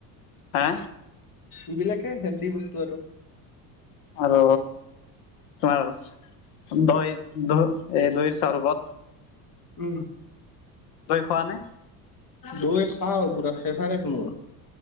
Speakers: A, on the left; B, on the left.
A: হা?
B: এইবিলাকে হেলডি বস্তু আৰু
A: আৰু তোমাৰ দৈৰ দ এই দৈৰ চৰ্বত।
B: উম
A: দৈ খোৱা নে
B: দৈ খাওঁ পুৰা ফ্ৰেভাৰিত মোৰ।